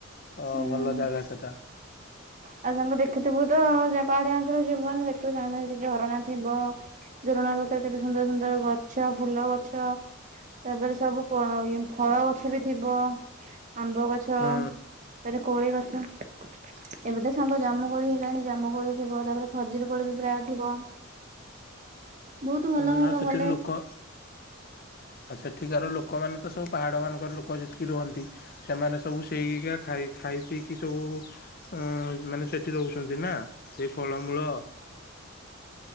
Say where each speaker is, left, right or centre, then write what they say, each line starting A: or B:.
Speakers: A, on the left; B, on the right.
A: ଅଁ
B: ହୁଁ।
A: ଭଲ ଜାଗା ସେଟା।
B: ଆଉ ସାଙ୍ଗ ଦେଖିଥିବୁତ ଯା ପାହାଡ଼ିଆ ଅଞ୍ଚଳ ଯିବୁ ମାନେ ଦେଖିବୁ ସାଙ୍ଗେ ସାଙ୍ଗେ ସେଠି ଝରଣା ଥିବ। ଝରଣା ପାଖେରେ କେତେ ସୁନ୍ଦର ସୁନ୍ଦର ଗଛ ଫୁଲ ଗଛ ତାପେରେ ସବୁ ପ ଇଏ ଫଳ ଗଛବି ଥିବ ଆମ୍ବ ଗଛ
A: ହୁଁ
B: ତାରେ କୋଳି ଗଛ ଏବେତ ସାଙ୍ଗ ଜାମୁ କୋଳି ହେଲାଣି ଜାମୁ କୋଳି ଥିବ ତାପରେ ଖଜିରୀ କୋଳିବି ପ୍ରାୟେ ଥିବ। ବହୁତ ଭଲ
A: ହୁଁ
B: ହବ
A: ଆଉ ସେଠିରି
B: ଗଲେ
A: ଲୋକ ଆଉ ସେଠିକାର ଲୋକମାନେତ ସବୁ ପାହାଡ଼ମାନଙ୍କରେ ଲୋକ ଯେତିକି ରୁହନ୍ତି। ସେମାନେ ସବୁ ସେଇକା ଖାଇ ଖାଇ ପିଇକି ସବୁ ଉଁ ମାନେ ସେଠି ରହୁଚନ୍ତିନା ସେଇ ଫଳମୂଳ